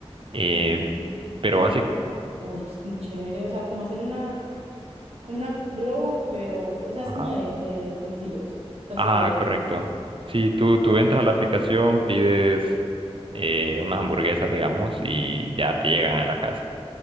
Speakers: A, on the right; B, on the right.
A: eh,
B: Mm,
A: pero
B: Pero,
A: básicamente...
B: uy, es muy chévere, o sea, como hacer una, como una globo, pero, o sea, es
A: Ajá.
B: como de, de domicilios, o sea,
A: Ah,
B: así de,
A: correcto.
B: de-
A: Sí, tú, tú entras a la aplicación, pides eh, unas hamburguesas, digamos, y ya te llegan a la casa.